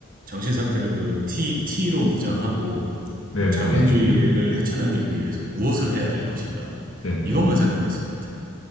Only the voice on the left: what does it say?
네네네,
<laughs>
네네.